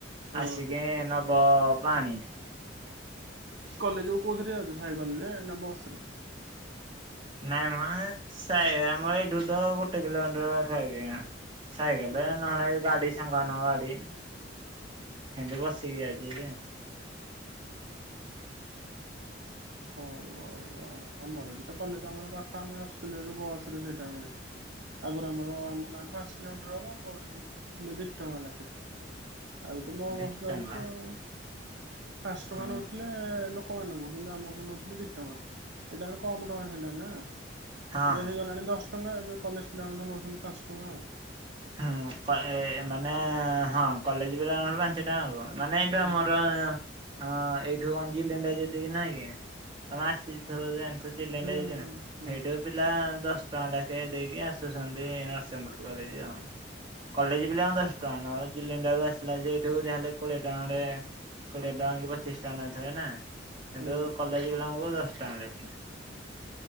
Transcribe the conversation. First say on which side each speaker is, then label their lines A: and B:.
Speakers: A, on the right; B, on the right.
A: ହୁଁ
B: ଆସିକି ନବ ପାଣି।
A: କଲେଜ କୁ କୋଉଥିରେ ଯାଉଛ ସାଇକେଲ ରେ ନା ବସ ରେ?
B: ନାଇଁ ମା ସା ଆମର ଏଇଠୁ ତ ଗୋଟେ କିଲୋମିଟର ପାଖାପାଖି ସାଇକେଲରେ
A: ହୁଁ
B: ନହେଲେ ଗାଡି ସାଙ୍ଗ ନଙ୍ଗ ଗାଡି ସେମିତି ବସିକି ଯାଇଛି ଆ
A: ହଉ ହଉ ଆଉ ଆମର ଏଠି ତ କଲେଜ ଆମର ପାଖ ଆମେ ଆସିଥିଲୁ ଏ ବସରେ ସେଇ ଟାଇମରେ ଆଗରୁ ଆମର ଆମକୁ ଆଡଭାନ୍ସ କିଲୋମିଟର ହବ ନ ଥିଲେ ଦି ଟଙ୍କା ଲେଖା। ଆବେ ତ ମୋ
B: ଭିତଙ୍ଗଳା
A: ବସ୍ ଯାଉଛି ଆଉ ପାଞ୍ଚ ଟଙ୍କା
B: ଉଁ
A: ନଉଥିଲେ ଲ ଲୋକମାନାନଙ୍କୁ କିନ୍ତୁ ଆମକୁ ନଉଥିଲେ ଦି ଟଙ୍କା ଏଇଟା କମ ଟଙ୍କା ଥିଲା ନା।
B: ହଁ
A: ଏବେ
B: ହଁ।
A: ହେଇଗଲାଣି ଦଶ ଟଙ୍କା ଏବେ କଲେଜ ପିଲାଙ୍କ ଠୁ ନେଉଛନ୍ତି ପାଞ୍ଚ ଟଙ୍କା ଆଉ।
B: ହୁଁ ମାନେ ହଁ କଲେଜ ପିଲାଙ୍କ ଠୁ ପାଞ୍ଚ ସେଟା ହଉ ନାନେ ଏଇଟ
A: ହୁଁ
B: ଆମର ହଁ ଏଇଠୁ କଣ ଲିଣ୍ଡା ଯେତିକି ନାଇଁ କି ତମେ ଆସି ଚଲେଣ୍ଡା
A: ହୁଁ ହୁଁ
B: ଯ
A: ହୁଁ
B: ହୋଇଡ ପିଲା ଦଶ ଟଙ୍କା ଲେଖେ ଦେଇକି ଆସୁଛନ୍ତି ନରସିଂହପୁର କଲେଜ ଆଉ। କଲେଜ ବିଲ ଆ ଦଶ ଟଙ୍କା ନ ଜିଲଣ୍ଡ ଆସିଲା ସେଠୁ ଯାହେଲେ କୋଡିଏ ଟଙ୍କା ଖଣ୍ଡେ କୋଡିଏ ଟଙ୍କା କି ପଚିଶ ଟଙ୍କା ନଥିବେ ନା କିନ୍ତୁ
A: ହୁଁ
B: କଲେଜ ପିଲାଙ୍କୁ ଦଶ ଟଙ୍କା ଲେଖା।